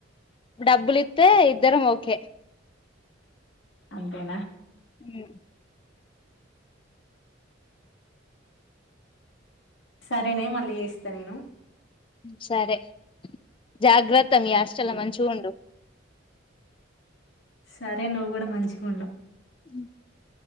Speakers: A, on the left; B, on the left.
A: డబ్బులిస్తే ఇద్దరికి ఓకే
B: అంతేనా
A: హ
B: సరేనే మళ్ళీ చేస్తా నేను
A: సరే జాగ్రత్త త్త మీ హాస్టల్
B: ఉమ్.
A: ల మంచిగ ఉండు
B: సరే నువ్వు కూడా మంచిగా ఉండు
A: ఉ